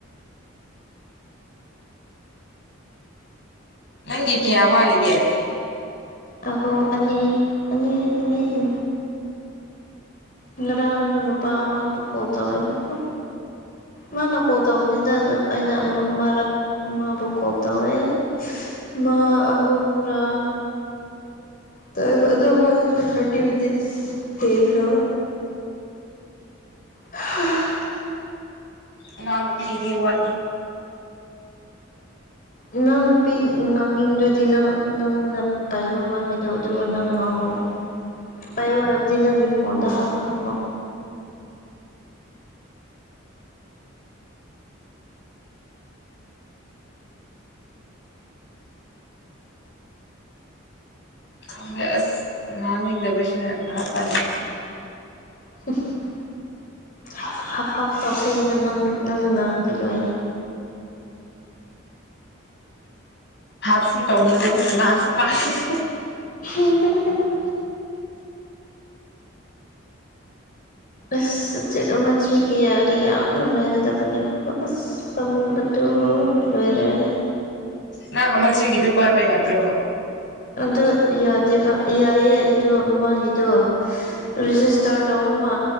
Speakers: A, on the left (about 60°); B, on the left (about 45°).
A: ꯅꯪꯒꯤ ꯀꯤꯌꯥ ꯋꯠꯂꯤꯒꯦ?
B: ꯑꯍꯣ ꯑꯅꯤ ꯑꯅꯤ ꯑꯅꯤ ꯎꯝ ꯉꯔꯥꯡꯗꯣ ꯅꯨꯄꯥ ꯑꯃꯕꯨ ꯀꯣꯜ ꯇꯧꯋꯦꯕꯀꯣ ꯃꯥꯅ ꯀꯣꯜ ꯇꯧꯕꯅꯦꯗ ꯑꯗꯨ ꯑꯩꯅ ꯑꯃꯨ ꯃꯥꯔꯛ ꯃꯕꯨꯀꯣꯜ ꯇꯧꯋꯦ ꯃꯥ ꯑꯍꯨꯝꯔꯥ ꯇꯧꯋꯦꯕ ꯑꯗꯣ ꯃꯒꯤꯁꯨ ꯊꯥꯔꯇꯤ ꯃꯤꯅꯤꯠꯁ ꯍꯦꯟꯈ꯭ꯔꯕ ꯍꯥ
A: ꯏꯅꯥꯎ ꯅꯨꯄꯤꯒꯤꯗꯤ ꯋꯥꯠꯂꯤ
B: ꯏꯅꯥꯎ ꯅꯨꯄꯤ ꯉꯥꯡꯅꯤꯡꯗ꯭ꯔꯗꯤ ꯅꯪ ꯅꯪꯅ ꯄꯥꯏꯔꯣ ꯃꯥꯒꯤꯗꯣ ꯑꯗꯨꯒ ꯅꯪ ꯉꯥꯡꯉꯣ ꯄꯥꯏꯔꯣ ꯍꯥꯏꯕꯗꯤ ꯅꯪꯒꯤ ꯐꯣꯟꯗ ꯍꯥꯞꯄꯒꯀꯣ
A: ꯈꯪꯗꯦ ꯑꯁ ꯉꯥꯡꯅꯤꯡꯗꯕꯁꯤꯅ ꯕꯥꯍꯞꯇꯗꯦ ꯑꯩꯁꯨ
B: <unintelligible> ꯍꯥꯞ ꯍꯥꯞ ꯍꯥꯞ ꯇꯧꯁꯦꯅ ꯅꯪ ꯅꯪꯅ ꯉꯥꯡꯉꯗꯤ ꯂꯣꯏꯅ
A: ꯍꯥꯞꯁꯨ ꯇꯧꯅꯤꯡꯗꯕ ꯉꯥꯡꯁꯨ ꯉꯥꯡꯅꯤꯡ
B: <unintelligible> ꯑꯁ <unintelligible> ꯌꯥꯔꯗꯤ ꯌꯥꯝ ꯅꯨꯡꯉꯥꯏꯒꯗꯕꯅꯦꯕꯀꯣ ꯑꯁ ꯑꯁ ꯄꯝꯃꯨꯕꯗꯣ ꯂꯣꯏꯔꯦ ꯑꯩ
A: ꯅꯪ ꯑꯃ ꯆꯤꯒꯤꯗꯣ ꯄꯥꯏꯕ ꯌꯥꯗ꯭ꯔꯣ
B: ꯑꯗꯨ ꯌꯥꯗꯦꯕ ꯌꯥꯏꯌꯦ ꯑꯗꯨ ꯃꯥꯒꯤꯗꯣ ꯔꯦꯖꯤꯁꯇꯔ ꯇꯧꯕꯃ